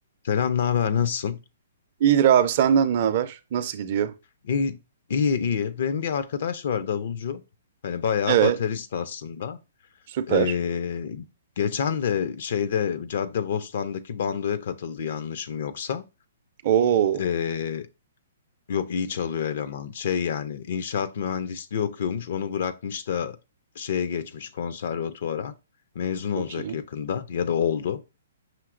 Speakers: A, on the left (about 60°); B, on the right (about 50°).
A: Selam, ne haber, nasılsın?
B: İyidir abi senden ne haber? Nasıl gidiyor?
A: İyi, iyi, iyi. Benim bir arkadaş var davulcu. Hani bayağı
B: Evet,
A: baterist aslında.
B: süper.
A: Ee, geçen de şeyde Caddebostan'daki bandoya katıldı yanlışım yoksa.
B: Oo,
A: Ee, yok iyi çalıyor eleman. Şey yani inşaat mühendisliği okuyormuş. Onu bırakmış da şeye geçmiş konservatuvara. Mezun
B: çok
A: olacak
B: iyi.
A: yakında ya da oldu.